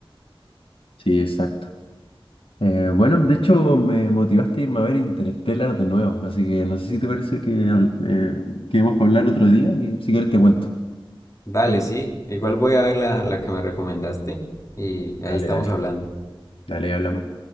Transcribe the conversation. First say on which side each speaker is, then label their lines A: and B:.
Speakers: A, on the left (about 70°); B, on the left (about 35°).
A: Sí, exacto. Eh, bueno, de hecho, me motivaste a irme a ver Interstellar de nuevo, así que no sé si te parece que, habl- eh, quedemos para hablar otro día y si quieres te cuento.
B: Dale,
A: ¿Qué onda?
B: sí. Igual voy a ver la, la que me recomendaste y
A: Dale,
B: ahí estamos
A: dale,
B: hablando.
A: dale, hablamos.